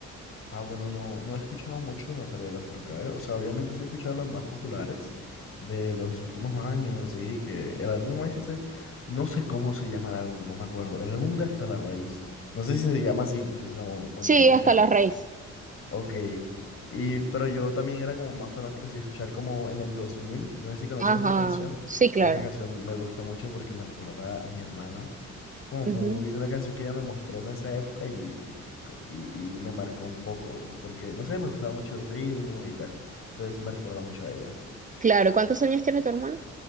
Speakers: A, on the left (about 45°); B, on the right (about 25°).
A: Ah, bueno, no, no he escuchado mucho Natalia Lafourcade. O sea, obviamente sí he escuchado las más populares de los últimos años, sí, que el álbum este, no sé cómo se llama el álbum, no me acuerdo. El álbum de Hasta la Raíz. No sé si se llama así, no sé si es homónimo,
B: Sí, hasta
A: pero...
B: la raíz.
A: Ok. Y, pero yo también era como más fanático así de escuchar como en el dos mil no sé si conoces
B: Ajá,
A: esa canción.
B: sí, claro.
A: Esa canción me gusta mucho porque me recuerda a mi hermana. Es como muy
B: Ujú.
A: una canción que ella me mostró en esa época y, co- y, y me marcó un poco porque, no sé, me gustaba mucho el ritmo y tal. Entonces me recuerda mucho a ella.
B: Claro, ¿cuántos años tiene tu hermano?